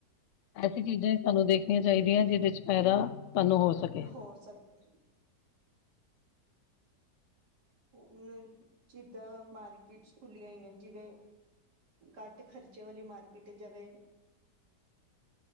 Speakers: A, on the left; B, on the right.
A: ਹੈ। ਐਸੀ ਚੀਜ਼ਾਂ ਹੀ ਸਾਨੂੰ ਦੇਖਣੀਆਂ ਚਾਹੀਦੀਆਂ ਜਿਹਦੇ 'ਚ ਫੈਦਾ ਸਾਨੂੰ ਹੋ ਸਕੇ
B: ਹੋ ਸਕੇ ਹੁਣ, ਜਿੱਦਾਂ ਮਾਰਕੀਟਸ ਖੁੱਲੀਆਂ ਨੇ ਜਿਵੇਂ ਘੱਟ ਖਰਚੇ ਵਾਲੀ ਮਾਰਕੀਟ ਜਿਵੇਂ